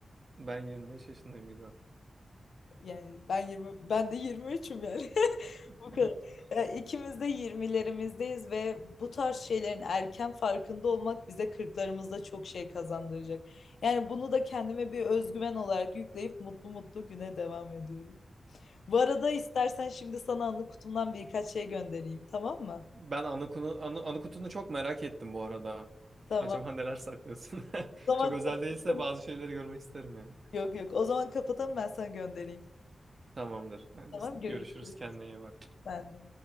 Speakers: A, on the right; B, on the left.
A: Ben 25 yaşındayım Gizem.
B: Yani ben 20 ben de 23'üm yani. <laughs>
A: <laughs>
B: Bu kadar. Yani ikimiz de 20'lerimizdeyiz ve bu tarz şeylerin erken farkında olmak bize 40'larımızda çok şey kazandıracak. Yani bunu da kendime bir özgüven olarak yükleyip mutlu mutlu güne devam ediyorum. Bu arada istersen şimdi sana anı kutumdan birkaç şey göndereyim, tamam mı?
A: Ben anı, kunu- anı, anı kutunu çok merak ettim bu arada.
B: Tamam.
A: Acaba neler saklıyorsun? <laughs>
B: O zaman
A: Çok özel
B: kapatalım.
A: değilse bazı şeyleri görmek isterim yani.
B: Yok yok. O zaman kapatalım ben sana göndereyim.
A: Tamamdır. Hadi
B: Tamam görüşürüz.
A: görüşürüz. Kendine iyi bak.
B: Sen de.